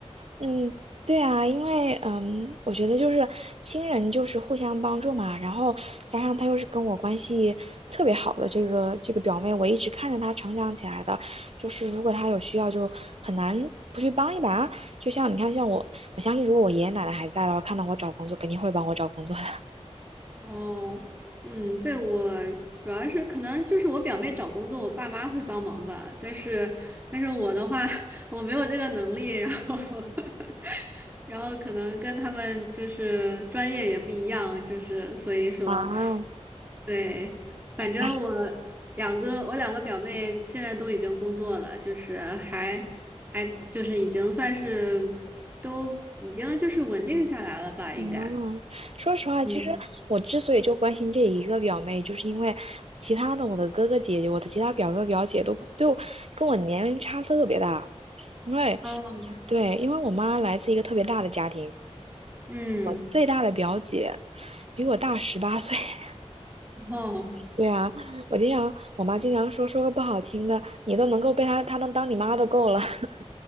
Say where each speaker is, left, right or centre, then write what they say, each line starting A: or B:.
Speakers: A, on the right (about 60°); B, on the right (about 15°).
A: 嗯，对啊，因为嗯，我觉得就是亲人就是互相帮助嘛，然后加上她又是跟我关系特别好的这个这个表妹，我一直看着她成长起来的，就是如果她有需要就很难不去帮一把。就像你看，像我，我相信如果我爷爷奶奶还在的话，看到我找工作肯定会帮我找工作的。
B: <laughs> 哦，嗯，对，我主要是可能就是我表妹找工作，我爸妈会帮忙吧，但是但是我的话，<laughs> 我没有这个能力，然后 <laughs> 然后可能跟他们就是专业也不一样，就是所以说，
A: 啊，<laughs>
B: 对，反正我
A: 哎，
B: 两个我两个表妹现在都已经工作了，就是还还就是已经算是都已经就是稳定下来了吧，应该。
A: 嗯，说实话，
B: 嗯，
A: 其实我之所以就关心这一个表妹，就是因为其他的我的哥哥姐姐，我的其他表哥表姐都都跟我年龄差特别大，因为
B: 哦，
A: 对，因为我妈来自一个特别大的家庭，
B: 嗯，
A: 我最大的表姐比我大十八岁。<laughs>
B: 哦，
A: 对啊，我经常我妈经常说说个不好听的，你都能够被她她能当你妈都够了。<laughs>